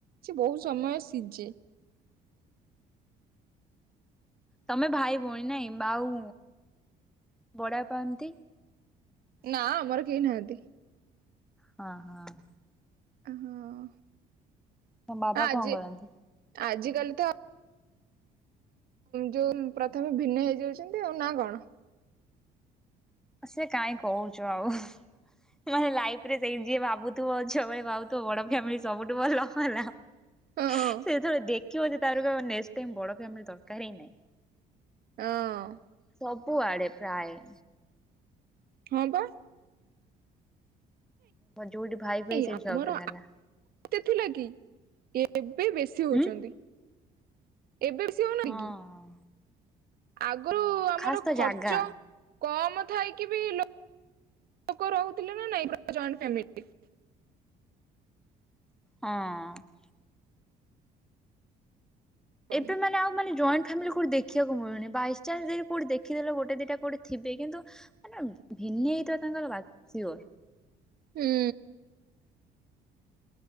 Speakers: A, on the right (about 60°); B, in the centre.
A: ସେ ବହୁତ ସମୟ
B: ହଁ ହଁ।
A: ସିଝେ।
B: ତମେ ଭାଇ ଭଉଣୀ ନାଇଁ ବାଉ ବଡବାପା ଏମିତି
A: ନା ଆମର କେହି ନାହାନ୍ତି।
B: ହଁ ହଁ।
A: ହଁ ହଁ
B: ତମ ବାବା
A: ଆଜି
B: କଣ କରନ୍ତି?
A: ଆଜିିକାଲି ତ ଯୋଉ ପ୍ରଥମେ ଭିନ୍ନ ହେଇଯାଉଛନ୍ତି ଆଉ ନା କଣ?
B: ସେ କାହିଁ କହୁଛୁ ଆଉ ମାନେ ଲାଇଫ ରେ ସେଇ ଯିଏ ଭାବୁଥିବ ଝିଅ ବଳେ ଭାବୁ ତୋ ବଡ ଫ୍ୟାମିଲି ସବୁଠୁ ଭଲ ହେଲା
A: ହଁ ହଁ
B: ସେ ଯେତେବେଳ ଦେଖ ଖିବ ଜେ ତାର କହିବ ନେକ୍ସଟ୍ ଟାଇମ୍ ବଡ ଫ୍ୟାମିଲୀ ଦରକାର ହିଁ ନାଇ।
A: ଅଁ।
B: ସବୁଆଡ଼େ ପ୍ରାୟେ।
A: ହଁ ବା।
B: ମୋ ଯୋଉଠି ଭାଇ ଫାଇ
A: ଏଇ
B: ସେଇଠି
A: ଆମର
B: ଝଗଡା ହେଲା।
A: ଥିଲା କି ଏବେ ବେଶୀ ହଉଛନ୍ତି।
B: ହୁଁ।
A: ଏବେ ବେଶୀ ହେଉନ୍ତୀ
B: ହଁ
A: କି? ଆଗରୁ
B: ହଁ
A: ଆମର
B: ଖାସ୍ ତ
A: ଖର୍ଚ୍ଚ
B: ଜାଗା
A: କମ ଥାଇକି ବି ଲୋକ ରହୁଥିଲେ ନା ନାଇଁ ଜଏଣ୍ଟ ଫ୍ୟାମିଲୀ?
B: ହଁ।
A: ହୁଁ
B: ଏବେ ମାନେ ଆଉ ମାନେ ଜଏ ଫ୍ୟାମିଲୀ କୋଉଠି ଦେଖିବାକୁ ମିଳୁନି ବାଇଚାନ୍ସ କୋଉଠି ଦେଖିଦେଲ ଗୋଟେ ଦିଟା କୋଉଠି ଥିବେ କିନ୍ତୁ ମାନେ ଭିନ୍ନ ହେଇଥିବା ତାଙ୍କର ବା ସିଓର।
A: ହୁଁ।